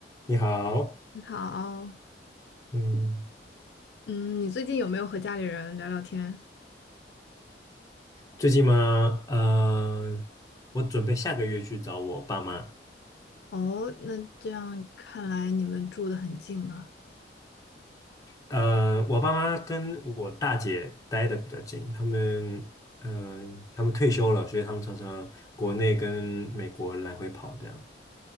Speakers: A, on the left; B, on the left.
A: 你好，
B: 你好，
A: 嗯，
B: 嗯，你最近有没有和家里人聊聊天？
A: 最近吗？呃，我准备下个月去找我爸妈。
B: 哦，那这样看来你们住的很近啊。
A: 呃，我爸妈跟我大姐待的比较近，他们，嗯、他们退休了，所以他们常常国内跟美国来回跑这样。